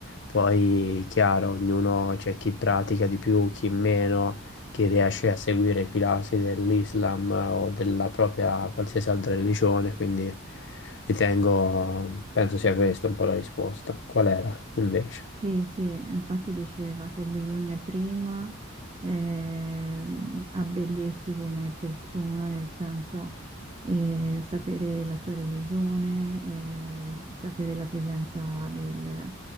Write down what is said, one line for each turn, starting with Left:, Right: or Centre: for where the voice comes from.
Left: Poi, chiaro, ognuno c'è chi pratica di più, chi meno chi riesce a seguire i pilastri dell'Islam o della propria qualsiasi altra religione, quindi ritengo, penso sia questa un po' la risposta. Qual era invece?
Right: Sì, sì, infatti diceva che bisogna prima eh, abbellirsi come persona, nel senso eh, sapere la sua religione, eh, sapere la presenza del,